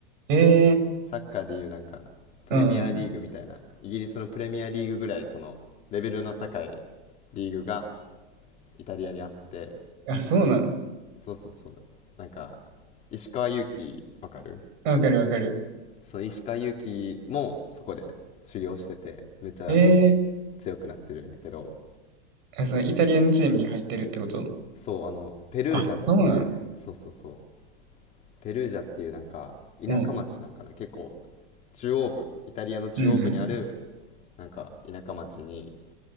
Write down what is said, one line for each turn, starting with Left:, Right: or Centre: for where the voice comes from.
Right: ええ
Left: サッカーでいうなんかプレミアリーグみたいなイギリスのプレミアリーグぐらいそのレベルの高い
Right: うん。
Left: リーグがイタリアにあって
Right: あ、そうなん。
Left: そうそうそうなんか石川祐希わかる
Right: わかるわかる。
Left: その石川祐希もそこで修行しててめっちゃ
Right: ええ
Left: 強くなってるんやけど
Right: あ、そのイタリアのチームに入ってるってこと
Left: そうあのペルージャっていうそうそうそう
Right: あ、そうなん。
Left: ペルージャっていうなんか田舎町なんかな結構
Right: うん。
Left: 中央部イタリアの中央部にある
Right: うんうん。
Left: なんか田舎町に